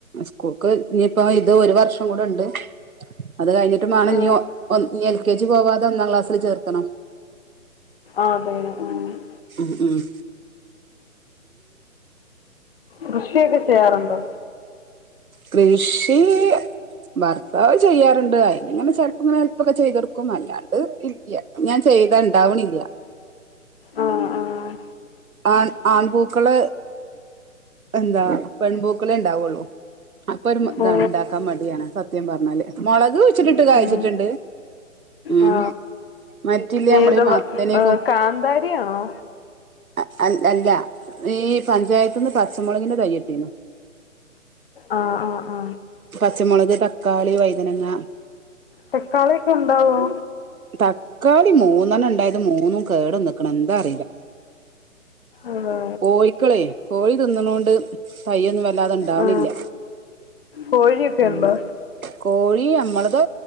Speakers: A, on the right; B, on the left.
A: സ്കൂൾക്ക് ഇനിയിപ്പോൊ ഇത് ഒരു വർഷം കൂടെ ഉണ്ട് അത് കഴിഞ്ഞിട്ട് വേണം
B: ആ
A: നീ നീ എൽ കെ ജി പോവാതെ ഒന്നാം ക്ലാസ്സിില് ചേർത്തണം
B: അതെ ആ
A: ഉ ഉം
B: കൃഷിയൊക്കെ ചെയ്യാറുണ്ടോ
A: കൃഷി ഭർത്താവ് ചെയ്യാറുണ്ട് അയിനി ഇങ്ങനെ ചെപ്പം ഇങ്ങനെ ചെല്പ്പൊക്കെ ചെയ്തൊടുക്കും അല്ലാണ്ട് ഇല്ല ഞാൻ ചെയ്ത ഇണ്ടാവണില്ല
B: ആ ആ
A: ആൺ ആൺപൂക്കള എന്താ പെൺപൂക്കള ഉണ്ടാവുള്ളൂ അപ്പരും ഇതാണ്
B: ഓ
A: ഉണ്ടാക്കാൻ വേണ്ടിയാണ് സത്യം പറഞ്ഞു ല്ല മുളക്ു വച്ചിട്ടിട്ട് കഴച്ചിട്ടുണ്ട്
B: ഉം.
A: ഉം
B: ആ
A: മറ്റില്ലേ നമ്മള്
B: ഏത്
A: മത്തന്
B: കാന്താരിയാണോ
A: അ അല്ല ഈ പഞ്ചായത്ത് നിന്ന് പച്ചമുളകിന്റെ തൈകി ട്ടീന്ന
B: ആ ആ ആ
A: പച്ചമുളക് തക്കാളി വൈതനങ്ങ
B: തക്കാളിയൊക്കെ ഉണ്ടാവും
A: തക്കാളി മൂന്നെണ്ണം ഉണ്ടായത് മൂന്നും കേട നിക്കണം എന്താ അറിയില്ല
B: അതെ.
A: കോഴിക്കളേ കോഴി തിന്നണ കൊണ്ട് തയ്യൊന്നും വല്ലാതെ ഉണ്ടാവണില്ല
B: ആ കോഴിയൊക്കെ
A: ഉ
B: ഉണ്ടോ
A: കോഴി നമ്മളത്